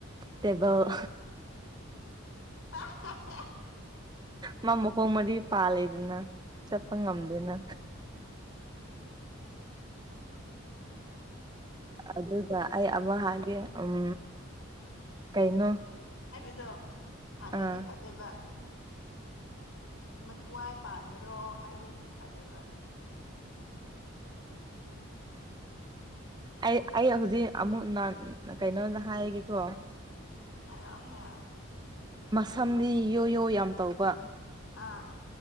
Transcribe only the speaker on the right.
ꯇꯦꯕꯜ
ꯃꯥ ꯃꯈꯀꯣꯡ ꯃꯔꯤ ꯄꯥꯜꯂꯤꯗꯅ ꯆꯠꯄ ꯉꯝꯗꯦꯅ ꯑꯗꯨꯒ ꯑꯩ ꯑꯃ ꯍꯥꯏꯒꯦ ꯎꯝ ꯀꯩꯅꯣ
ꯑꯥ
ꯑꯩ ꯑꯩ ꯍꯧꯖꯤꯛ ꯑꯃꯨꯛ ꯀꯩꯅꯣꯗ ꯍꯥꯏꯒꯦꯀꯣ
ꯃꯁꯝꯗꯤ ꯌꯣ ꯌꯣ ꯌꯥꯝ ꯇꯧꯕ